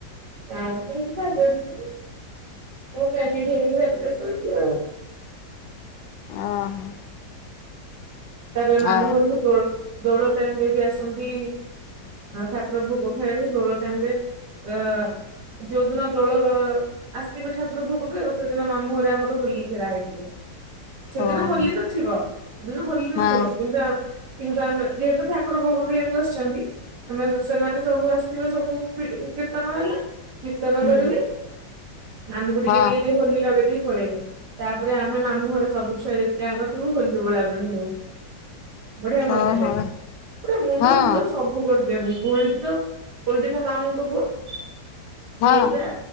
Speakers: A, on the right (about 65°); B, on the left (about 80°).
A: ଆ ହେପନ ମୁ ଆଜି ହେିବା ଶୋଇ ଆଉ
B: ଓହୋ
A: ତାପରେ ନାମଘରକୁ
B: ଆ
A: ଦୋଳ ଦୋଳ ଟାଇମ ରେ ବି ଆସନ୍ତି ଠାକୁର ଭୋଗ ଖ ଧଳ ଟାଇମରେ ଅ ଯୋଧ ନା ଧୋଳ ଆସିଥିବେ ଠାକୁର ଭୋଗ କିେ ଆଉ ସେଦିନ ମାମୁଁରେ ଆମର ହୋଲି ଖେଳା ହେଇଥିବେ ସେଦିନ
B: ଓହୋ
A: ହୋଲି ନଥିବ ସେଦିନ ହୋଲି ନ
B: ହଁ
A: କିନ୍ତୁ କିନ୍ତୁ ଆମେ ଯେହେତୁ ଠାକୁର ଭୋଗ ବିକୁ ଆସିଛନ୍ତି ଆମେ ସେମାନେ ସବୁ ଆସିଥିବେ ସବୁ କୀର୍ତ୍ତନ ହେଲେ କୀର୍ତ୍ତନ
B: ହୁଁ
A: କରିବି ଆମକୁ ଟିକେ
B: ହଁ
A: ଟିକେ ଟ ହୋଲି ଲଗେଇ ଦେଇକି ପଳେଇବେ ତାପରେ ଆମେ ମାମୁଁ ଘରେ ସବୁ ଛୁଆ ଯେତିକି ଆଙ୍କ ିବୁ ହୋଲି ଭଳା ଭୁ ହୁ ବଢିଆ ମଜା
B: ଓହୋ
A: ଲାଗେ ପୁରା ମୁଣ୍ଡ
B: ହଁ
A: ଫୁଣ୍ଡ ସବୁ କରିଦିଅନ୍ତି ଗୋଲଟି ତ ଗୋଲଟି ମୋ ମାମା ମୁ କବୁ ସିଏ
B: ହଁ
A: ପୁରା